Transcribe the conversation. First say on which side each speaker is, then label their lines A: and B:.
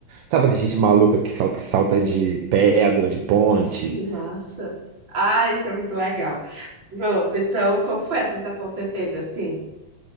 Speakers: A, on the right; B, on the right.
A: sabe assim, gente maluca que salta, salta de pedra, de ponte.
B: Que massa. Ah, isso é muito legal. Pronto, então, como foi a sensação que você teve, assim?